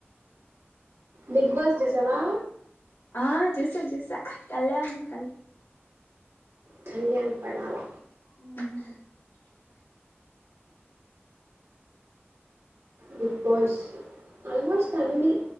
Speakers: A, on the right; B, on the left.
A: బిగ్ బాస్ చూసావా
B: ఆ చూసా చసా కళ్యా అం కలి
A: కళ్యాణ్పడాల
B: ఆ
A: బిగ్ బాస్ ఆల్మోస్ట్ అన్ని